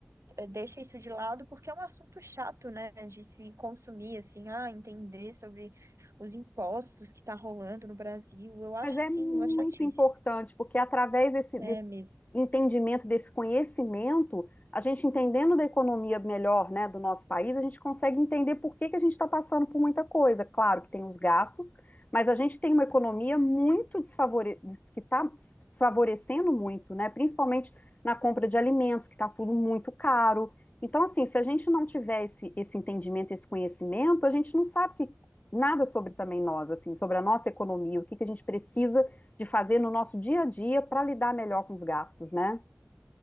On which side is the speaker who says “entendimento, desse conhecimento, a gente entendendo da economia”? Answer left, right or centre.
Left